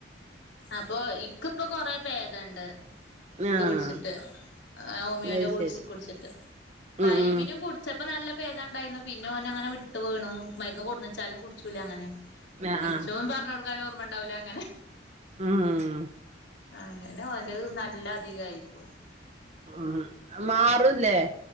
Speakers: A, on the left; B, on the right.
A: അപ്പൊ ഇക്ക്. ഇപ്പൊ കൊറെ പേദണ്ട്.
B: ആഹ്
A: ഇത് കുടിച്ചിട്ട് ഹ്ഹ്. ഓമിയോന്റെ
B: അത്
A: കുടി
B: ശരി
A: കുടിച്ചിട്ട്
B: ഉം
A: പൈമിനുംകുട്..
B: ഉം
A: ചപ്പോ നല്ല പേദംണ്ടായിന്നു പിന്നെ ഓന് അങ്ങനെ വിട്ട് വീണു. മരുന്ന് കൊടന്നെച്ചാലും കുടിച്ചൂല അങ്ങനെ
B: ആഹ്
A: ഇച്ചും പർടുക്കാനും. ഓർമ്മ ണ്ടാവുല. അങ്ങനെ..
B: ആഹ് ഉം
A: അങ്ങനെ ഓന്റെഹ് നല്ല അധികയിപ്പോ മഠ
B: മ്ഹ്. മാറുല്ലേ...